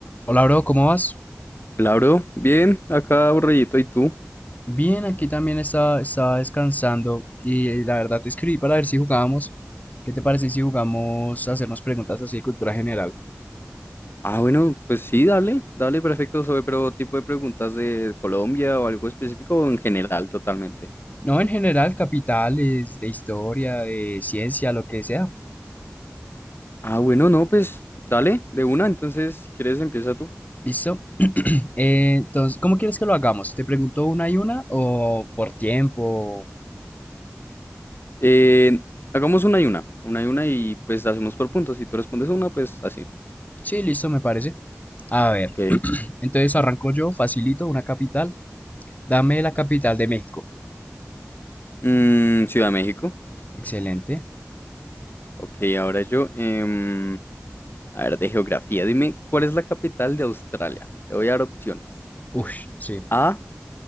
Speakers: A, on the left (about 35°); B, on the left (about 50°).
A: Hola, bro, ¿cómo vas?
B: Claro, bien, acá aburridito, ¿y tú?
A: Bien, aquí también estaba, estaba descansando y eh, la verdad te escribí para ver si jugábamos. ¿Qué te parece si jugamos a hacernos preguntas así de cultura general?
B: Ah, bueno, pues sí, dale, dale, perfecto, sobre, pero tipo de preguntas de Colombia o algo específico o en general totalmente.
A: No, en general, capitales, de historia, de ciencia, lo que sea.
B: Ah, bueno, no, pues dale, de una, entonces si quieres empieza tú.
A: ¿Listo? Eh, entonces, ¿cómo quieres que lo hagamos? ¿Te pregunto una y una o por tiempo?
B: Eh, hagamos una y una, una y una y pues hacemos por puntos, si tú respondes una, pues así.
A: Sí, listo, me parece. A ver,
B: Ok.
A: entonces arranco yo, facilito, una capital. Dame la capital de México.
B: Mm, Ciudad de México.
A: Excelente.
B: Ok, ahora yo. em, a ver, de geografía, dime, ¿cuál es la capital de Australia? Te voy a dar opciones.
A: Ush, sí.
B: A,